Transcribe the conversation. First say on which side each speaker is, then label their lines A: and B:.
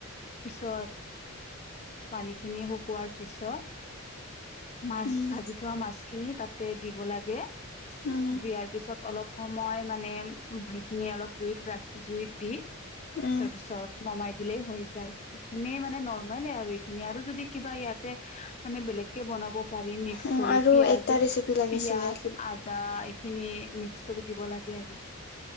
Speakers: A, on the left; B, on the left.
A: পিছত পানী খিনি শুকোৱাৰ পিছত মাছ
B: উম
A: ভাজি থোৱা মাছখিনি তাতে দিব লাগে
B: উম
A: দিয়াৰ পিছত অলপ সময় মানে সেইখিনি অলপ জুইত ৰাখ জুইত দি
B: উম
A: তাৰপিছত নমাই দিলেই হৈ যায় এইখিনিয় মানে নৰ্মলে আৰু এইখিনি আৰু যদি কিবা ইয়াতে মানে বেলেগকে বনাব পানী মিক্স
B: উম
A: কৰি
B: আৰু
A: পিয়াজ
B: একটা ৰেচিপি লাগিছিলে
A: পিয়াজ,
B: কি
A: আদা খিনি মিক্স কৰি দিব লাগে আৰু